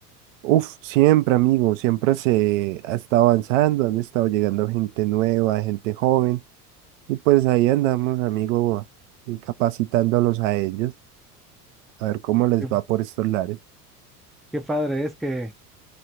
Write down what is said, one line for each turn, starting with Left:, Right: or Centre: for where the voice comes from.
Right: Uf, siempre, amigo, siempre se ha estado avanzando, han estado llegando gente nueva, gente joven, y pues ahí andamos, amigo, y capacitándolos a ellos, a ver cómo les
Centre: Qué,
Right: va por estos lares.
Centre: qué padre es que